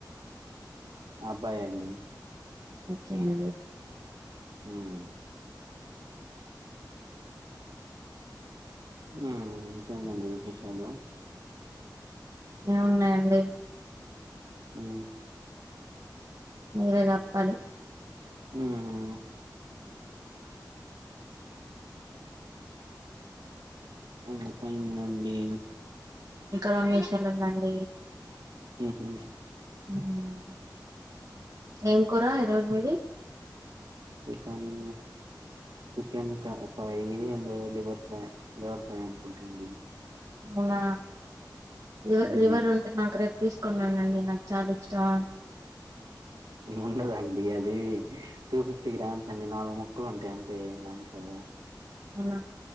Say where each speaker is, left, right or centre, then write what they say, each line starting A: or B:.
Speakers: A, on the right; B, on the right.
A: మా అబ్బాయే అండి
B: ఓకే అండి
A: హ్మ్మ్ మ్మ్ ఇంకేంటండి విశేషాలు
B: ఏమి ఉన్నాయండి
A: మ్మ్
B: మీరే చెప్పాలి
A: మ్మ్ ఆ ఎంతయిందండి
B: ఇంకా రెండు విషయాలు ఉందండి
A: మ్మ్ హ్మ్
B: మ్మ్ ఏం కూరా ఈరోజు ఏది
A: చికెన్ చికెన్ కర్ fry and liver fry liver fry అనుకుంటాండి
B: అవునా రీవ
A: ఉమ్
B: రివర్ ఉంటే నాక రే తీసుకున్నానండి నాకు చాలా ఇష్టం
A: ఉండదండి అది టూ ఫిఫ్టీ గ్రామ్స్ అండి నాలుగు మొక్కలు ఉంటాయి అంతే దాంట్లో
B: వునా